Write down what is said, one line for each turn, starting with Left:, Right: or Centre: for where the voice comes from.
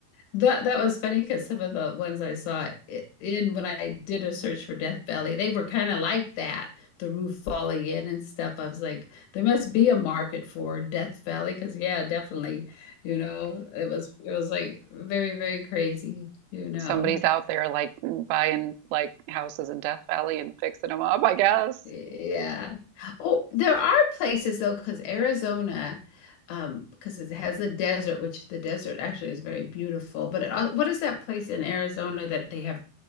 Left: That that was funny because some of the ones I saw i- in when I did a search for Death Valley, they were kind of like that, the roof falling in and stuff. I was like, there must be a market for Death Valley because yeah, definitely, you know, it was it was like very, very crazy, you know.
Right: somebody's out there like buying like houses in Death Valley and fixing them up, I guess.
Left: Yeah. Oh, there are places though, because Arizona, um, because it has the desert, which the desert actually is very beautiful. But it, al- what is that place in Arizona that they have